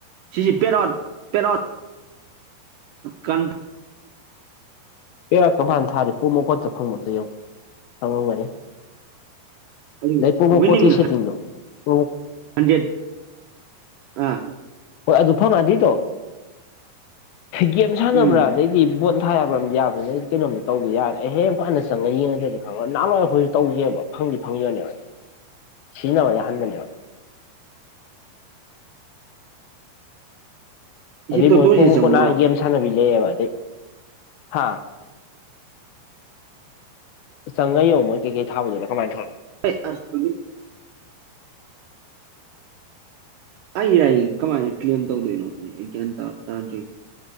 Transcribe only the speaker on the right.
ꯁꯤꯁꯤ ꯄꯦꯔꯣꯠ ꯄꯦꯔꯣꯠ ꯀꯟ
ꯑꯗꯨ
ꯋꯤꯅꯤꯡ
ꯍꯟꯗ꯭ꯔꯦꯠ ꯑꯥ
ꯎꯝ
ꯁꯤ
ꯇꯣꯇꯣꯁꯦ
ꯆꯪꯉꯨꯔꯣ
ꯑꯩ ꯑꯁ ꯍꯧꯖꯤꯛ ꯑꯩ ꯂꯥꯢꯔꯤꯛ ꯀꯃꯥꯏꯅ ꯀ꯭ꯂꯦꯝ ꯇꯧꯗꯣꯏꯅꯣ ꯑꯩ ꯒ꯭ꯌꯥꯟ ꯇ ꯇꯥꯗꯔꯤ